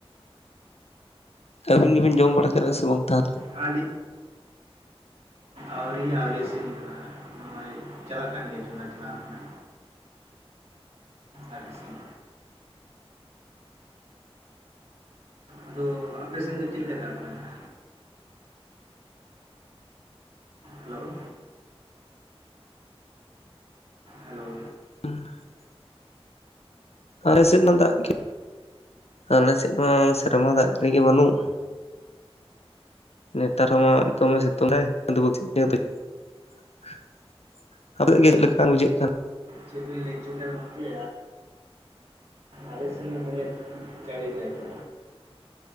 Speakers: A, on the left; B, on the right.
A: ᱟᱹᱵᱤᱱ ᱜᱮᱵᱤᱱ ᱡᱚᱢ ᱵᱟᱲᱟ ᱠᱮᱫ-ᱟ ᱥᱮ ᱵᱟᱝ ᱛᱟᱦᱞᱮ᱾
B: ᱟᱞᱤ ᱟᱣᱨᱤ ᱟᱣᱨᱤ ᱤᱥᱤᱱ ᱦᱩᱭᱩᱜ ᱟ᱾ ᱚᱭ ᱪᱟᱞᱟᱜ ᱠᱟᱱ ᱜᱮᱭᱟ ᱪᱚᱸᱫᱟ ᱪᱟᱞᱟᱣ ᱠᱟᱱᱟ ᱟᱨ ᱤᱥᱤᱱ ᱟᱫᱚ ᱟᱯᱮᱥᱮᱱ ᱫᱚ ᱪᱮᱞᱠᱟ ᱫᱟᱜ ᱵᱟᱲᱟ ᱫᱟ? ᱦᱮᱞᱳᱣ ᱦᱮᱞᱳ
A: <inaudible> ᱟᱨᱮ ᱥᱮᱱ ᱫᱚ ᱫᱟᱜ ᱠᱤ ᱟᱞᱮᱥᱮᱫ ᱢᱟ ᱥᱮᱨᱢᱟ ᱫᱟᱜ ᱡᱟᱹᱲᱤ ᱜᱮ ᱵᱟᱹᱱᱩᱜ᱾ ᱱᱮᱛᱟᱨ ᱦᱚᱸ ᱢᱟ ᱫᱚᱢᱮ ᱥᱤᱛᱩᱝ ᱛᱟᱭ‌ <unintelligible> <unintelligible> ᱞᱮᱠᱟᱱ ᱵᱩᱡᱷᱟᱹᱜ ᱠᱟᱱᱟ ᱾
B: ᱪᱮᱫ ᱵᱮᱱ ᱞᱟᱹᱭ ᱪᱚᱭᱫᱟ ᱜᱚᱝᱠᱮ? ᱟᱞᱮᱥᱮᱱ ᱢᱟ ᱫᱚᱢᱮᱭ ᱡᱟᱹᱲᱤᱭ ᱫᱟᱭ ᱛᱚ᱾